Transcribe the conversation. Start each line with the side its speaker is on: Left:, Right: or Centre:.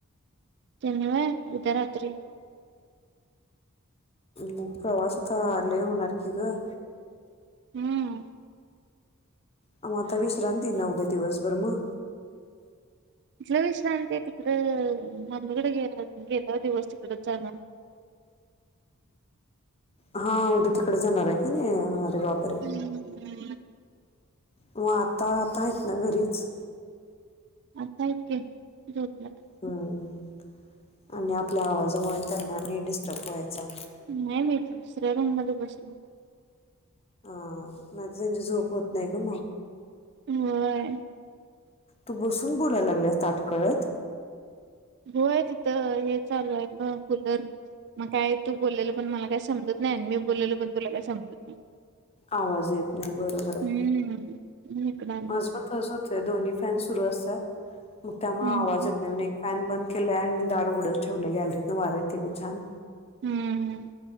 Right: त्यांनी वय उद्या रात्री
Left: मग प्रवास आत्ता लय होणार की गं
Right: हम्म
Left: म आता विश्रांतीना उद्या दिवसभर मग
Right: कुठलं विश्रांती ती हम्म मम्मीकडे गेला गेल्याव दिवस तिकडच जाणार
Left: हा उद्या तिकडे जाणार आहे का नाही अरे बापरे
Right: हम्म हम् हम्म
Left: मग आता आता आहेत ना घरीच
Right: आता आहेत की झोपल्यात
Left: हम्म आणि आपल्या आवाजामुळे त्यांना आणि डिस्टर्ब व्हायचं
Right: नाही मी दुसऱ्या रूम मध्ये बसून
Left: हा नाही त त्यांची झोप होत नाही ना मग
Right: होय
Left: तू बसून बोलायला लागल्यास ताटकळत
Right: होय तिथं हे चालू आहे गं वर मग काय तू बोललेलं पण मला काय समजत नाही मी बोलललं पण तुला कस समजत नाही
Left: आवाज येत नाही बरोबर आहे
Right: हम्म म्हणून इकडं आलो
Left: माज पण तसचं होते दोन्ही फॅन सुरू अस तात मग त्यामुळे
Right: हम्म
Left: आवाज येत नाही ओ निट फॅन बंद केलाय आणि दार उघडच ठेवलय गॅलरीतन वार येत गं छान
Right: हम्म हम्म